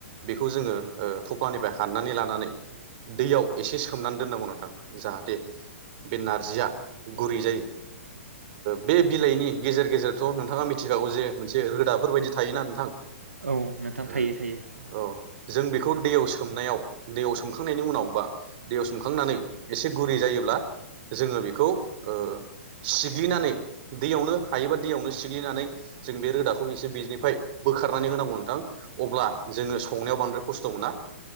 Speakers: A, on the right (about 50°); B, on the right (about 90°).
A: बेखौ जोङो थफ्लानिफ्राय हाननानै लानानै दैयाव एसे सोमनानै दोननांगौ नोंथां जाहाथे बे नारजिया गुरै जायो बे बिलाइनि गेजेर गेजेर <unintelligible> नोंथाङा मिथिखागौ जे मोनसे रोदाफोरबायायदि थायोना नोंथां
B: औ नोंथां
A: उम
B: थायो थायो
A: औ जों बेखौ दैयाव <unintelligible> सोमनायाव दैयाव सोमखांनायनि उनाव बा दैयाव सोमखांनानै एसे गुरै जायोब्ला जोङो बेखौ ओ सिग्लिनानै दैयावनो हायोबा दैयावनो सिग्लिनानै जों बे रोदाखौ एसे बेनिफ्राय बोखारनानै होनांगौ नोंथां अब्ला जोङो संनायाव बांद्राय खस्थ' मोना